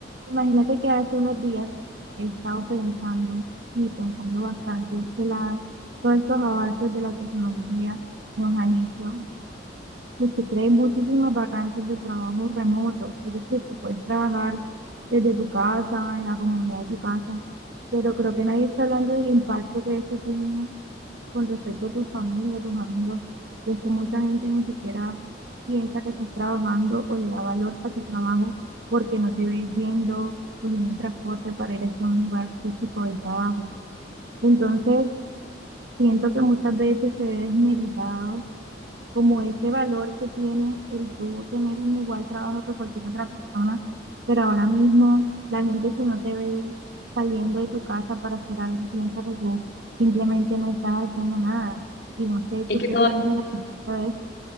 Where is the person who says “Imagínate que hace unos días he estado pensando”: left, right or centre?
Right